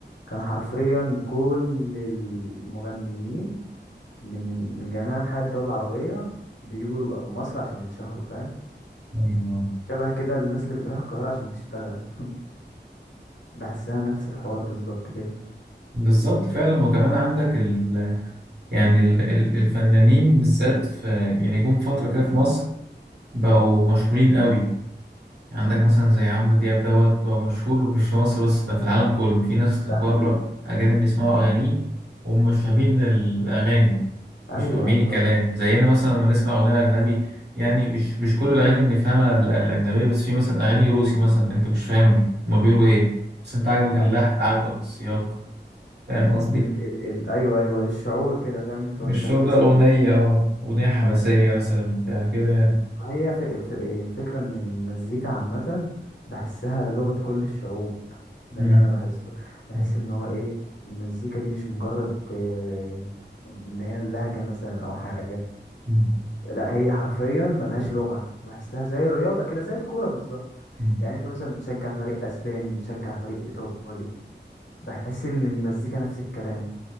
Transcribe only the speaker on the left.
كان حرفيا كل المغنيين من من جميع انحاء الدول العربية بيجوا مصر عشان يتشهروا فاهم
شبه كده الناس اللي بتروح القاهرة عشان تشتغل <laughs> بحسها نفس الحوار بالظبط كده
ده
حقيقي
ايوه
ايوه
ايوه
ال ال ال ايوه ايوه الشعور كده فاهم انت وانت
بتسمع
كده
اه
ما هي في الف الفكرة ان المزيكا عامة بحسها لغة كل الشعوب ده
اللي انا بحسه بحس
ان هو ايه المزيكا دي مش مجرد آه، ان هي لهجة مثلا او حاجة
لا هي حرفيا ملهاش لغة بحسها زي الرياضة كده زي الكورة بالظبط
يعني انت مثلا بتشجع فريق اسباني بتشجع فريق ايطالي بحس ان المزيكا نفس الكلام